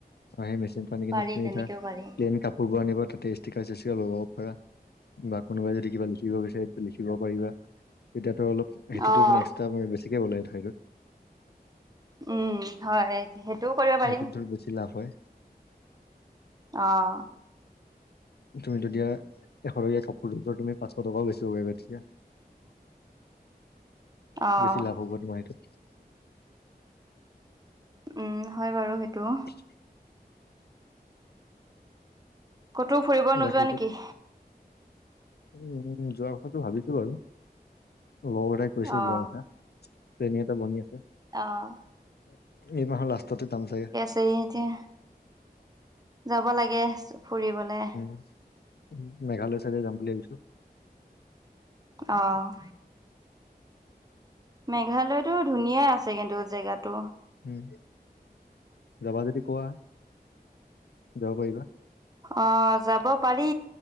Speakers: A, on the left (about 80°); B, on the right (about 25°).
A: অ, মেচিন পানী খিনি
B: পাৰি
A: তুমি
B: তেনেকেও
A: ধৰা
B: পাৰি।
A: প্লেন কাপো শুব নিব তাতে ষ্টিকাৰ স্পিকাৰ লগাব পাৰা বা কোনোবাই যদি কিবা লিখি লিব বিচাৰ লিখিব পাৰিবা, তেতিয়াতো অলপ সেইটোতো
B: অ',
A: মানে এক্সট্ৰা বেছিকে বললে থ সেইটো
B: উম, হয় সেইটোও কৰিব পাৰি
A: এইটোত ধৰ বেছি লাভ হয়।
B: অ',
A: তুমি যেতিয়া এশৰকীয়া কাপোৰ ধ তুমি পাঁচশ টকাও বেচিব পাৰিবা তেতিয়া।
B: <inaudible> অ'।
A: বেছি লাভ হ'ব তোমাৰ এইটোত।
B: উম, হয় বাৰু সেইটো',
A: উম',
B: ক'তো ফুৰিব নোযোৱা
A: বাকী
B: নেকি?
A: উম, যোৱা কথাটো ভাবিছো আৰু লগ এটাই। কৈছিল
B: অ',
A: যোৱাৰ কথা প্লেনিং এটা বনি আছে',
B: অহ',
A: উম', এই মাহৰ লাষ্টতে যাম চাগে',
B: তে', এতিয়া', যাব লাগে, চ', ফুৰিবলে',
A: উম', -উম', মেঘালয় চাইডে যাম বুলি ভাবিছোঁ',
B: অ', মেঘালয়তো ধুনীয়া আছে কিন্তু জেগাটো',
A: উম, যাবা যদি কোৱা যাব পাৰিবা',
B: অ', যাব পাৰি,